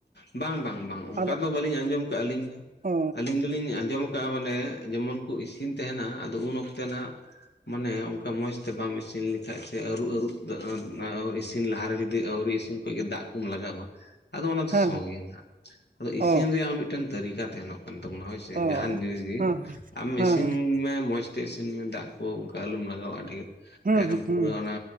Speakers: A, on the left; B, on the right.
A: ᱵᱟᱝ ᱵᱟᱝ ᱵᱟᱝ, ᱚᱱᱠᱟ
B: ᱟᱫᱚ
A: ᱫᱚ ᱵᱟᱹᱞᱤᱧ ᱟᱸᱡᱚᱢ ᱠᱟᱜᱼᱟ ᱟᱹᱞᱤᱧ ᱫᱚ,
B: ᱚ
A: ᱟᱹᱞᱤᱧ ᱫᱚᱞᱤᱧ ᱟᱸᱡᱚᱢ ᱼᱼ ᱠᱟᱜᱼᱟ, ᱢᱟᱱᱮ ᱡᱮᱢᱚᱱ ᱠᱚ ᱤᱥᱤᱱ ᱛᱟᱦᱮᱱᱟ, ᱟᱫᱚ ᱩᱱ ᱚᱠᱛᱮ ᱱᱟᱦᱟᱜ ᱼᱼ ᱢᱟᱱᱮ ᱚᱱᱠᱟ ᱢᱚᱸᱡᱽ ᱛᱮ ᱵᱟᱢ ᱤᱥᱤᱱ ᱞᱮᱠᱷᱟᱡ, ᱥᱮ ᱟᱹᱨᱩᱵ ᱟᱹᱨᱩᱵ ᱛᱮ <unintelligible> ᱤᱥᱤᱱ ᱞᱟᱦᱟᱨᱮ, ᱡᱩᱫᱤ ᱟᱹᱣᱨᱤ ᱤᱥᱤᱱ ᱼᱼ ᱠᱷᱚᱡ ᱜᱮ ᱫᱟᱜ ᱠᱚᱢ ᱞᱟᱜᱟᱣᱟ, ᱟᱫᱚ ᱚᱱᱟ ᱫᱚ
B: ᱦᱮᱸ
A: ᱥᱚ
B: ᱦᱮᱸ
A: ᱜᱮᱭᱟ ᱱᱷᱟᱜ, ᱟᱫᱚ ᱤᱥᱤᱱ
B: ᱚ
A: ᱨᱮᱭᱟᱜ ᱦᱚᱸ ᱢᱤᱫᱴᱮᱱ ᱛᱟᱹᱨᱤᱠᱟ ᱛᱟᱦᱮᱱᱚᱜ ᱠᱟᱱ ᱛᱟᱵᱚᱱᱟ। ᱦᱳᱭ ᱥᱮ᱾
B: ᱚ
A: ᱡᱟᱦᱟᱱ ᱡᱤᱱᱤᱥ ᱜᱤ
B: ᱦᱮᱸ
A: ᱟᱢ
B: ᱦᱮᱸ
A: ᱤᱥᱤᱱ ᱢᱮ ᱢᱚᱸᱡᱽ ᱼᱼ ᱛᱮ ᱤᱥᱤᱱ ᱢᱮ, ᱫᱟᱜ ᱠᱚ ᱚᱱᱠᱟ ᱟᱞᱚᱢ ᱞᱟᱜᱟᱣᱟ ᱰᱷᱮᱨ,
B: ᱦᱮᱸ
A: ᱮᱠᱫᱚᱢ ᱯᱩᱨᱟᱹ
B: ᱦᱮᱸ
A: ᱚᱱᱟ